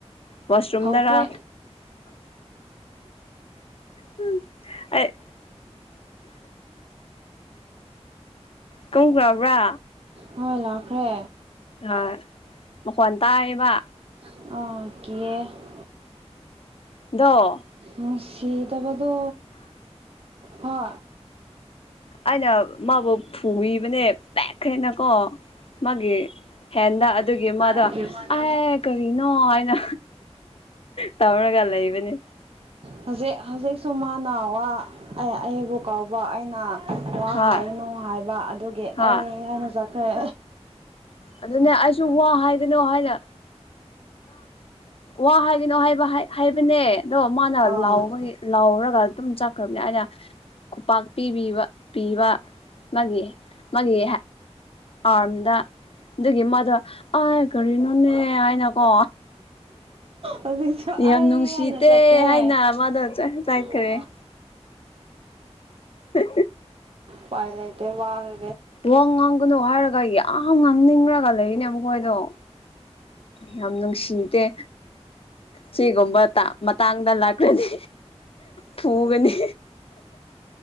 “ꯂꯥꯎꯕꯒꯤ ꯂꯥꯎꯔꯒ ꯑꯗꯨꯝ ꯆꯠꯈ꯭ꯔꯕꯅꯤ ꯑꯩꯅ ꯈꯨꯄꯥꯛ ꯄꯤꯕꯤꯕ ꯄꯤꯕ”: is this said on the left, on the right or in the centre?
Left